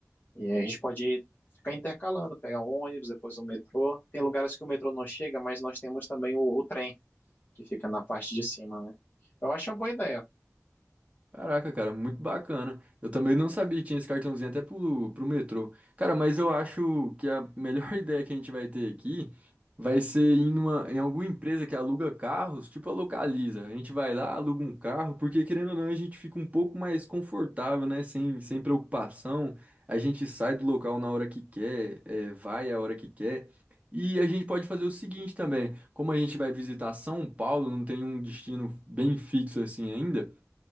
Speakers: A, on the left; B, on the right.
A: E aí a gente pode ficar intercalando, pegar um ônibus, depois o metrô. Tem lugares que o metrô não chega, mas nós temos também o, o trem, que fica na parte de cima, né? Eu acho uma boa ideia.
B: Caraca, cara, muito bacana. Eu também não sabia que tinha esse cartãozinho até pro, pro metrô. Cara, mas eu acho que a melhor <laughs> ideia que a gente vai ter aqui vai ser ir numa, em alguma empresa que aluga carros, tipo a Localiza. A gente vai lá, aluga um carro, porque querendo ou não, a gente fica um pouco mais confortável, né? Sem, sem preocupação. A gente sai do local na hora que quer, é, vai a hora que quer. E a gente pode fazer o seguinte também, como a gente vai visitar São Paulo, não tem um destino bem fixo assim ainda.